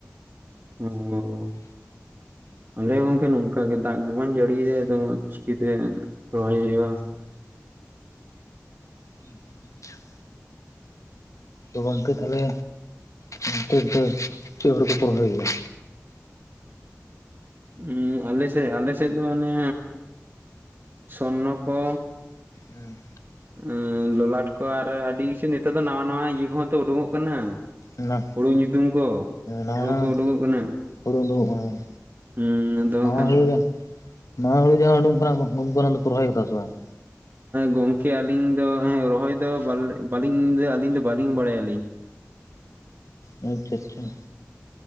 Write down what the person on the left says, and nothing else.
<inaudible> ᱛᱚ ᱜᱚᱝᱠᱮ ᱛᱟᱦᱚᱞᱮ ᱚᱱᱛᱮ ᱫᱚ ᱪᱮᱫ ᱦᱚᱲᱩ ᱠᱚᱯᱮ ᱨᱚᱦᱚᱭ ᱜᱮᱭᱟ?
ᱦᱮᱸ᱾
ᱚᱱᱟ
ᱱᱟᱣᱟ
ᱦᱩᱲᱩ ᱩᱰᱩᱠᱚᱜ ᱠᱟᱱᱟ
ᱱᱟᱣᱟ
ᱦᱩᱲᱩ ᱜᱮ ᱱᱟᱣᱟ ᱦᱩᱲᱩ ᱡᱟᱦᱟᱸ ᱩᱰᱩᱠ ᱠᱟᱱᱟ ᱩᱰᱩᱠ ᱠᱟᱱᱟ ᱫᱚ ᱨᱚᱦᱚᱭ ᱠᱟᱫᱟ ᱥᱮ ᱵᱟᱝ?
ᱟᱪᱪᱷᱟ ᱟᱪᱪᱷᱟ᱾